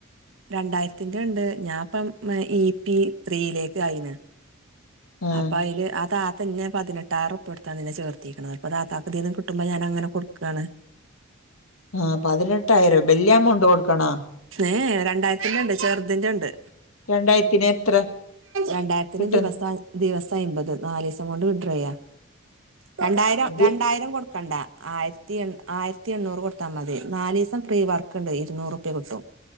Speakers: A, on the right; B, on the left.
A: രണ്ടായിരത്തിന്റെണ്ട് ഞാൻ ഇപ്പം ഇ പി ത്രീയിലേക്ക് ആയിണ്.
B: ആഹ്
A: അപ്പ അയ്ല് ആ താ ത്തന്നെ പതിനെട്ടായിരം ഉറുപ്പ്യ കൊടുത്താണ് ന്നെ ചേർത്തിക്ണത്. ഇപ്പൊ താത്താക്ക് ഇതീന്ന് കിട്ടുമ്പം ഞാനങ്ങനെ കൊടുക്കാണ്.
B: ആഹ് പതിനെട്ടായിരം ബല്യ അമൗണ്ട് കൊടുക്കണ
A: ഏഹ് എ രണ്ടായിരത്തിന്റെണ്ട് ചെറുതിന്റെണ്ട്.
B: രണ്ടായിരത്തിന് എത്ര
A: രണ്ടായിരത്തിന്
B: കിട്ടും
A: ദിവസ് <unintelligible> ദിവസം അയ്മ്പത് നാലീസം കൊണ്ട് വിഡ്രോ ചെയ്യാ. രണ്ടായിരം
B: അത്
A: രണ്ടായിരം കൊടുക്കണ്ട. ആയിരത്തി എൺ ആയിരത്തി എണ്ണൂറ് കൊടുത്താ മതി. നാലീസം പ്രീ വർക്ക്ണ്ട് ഇരുന്നൂറുപ്യ കിട്ടും.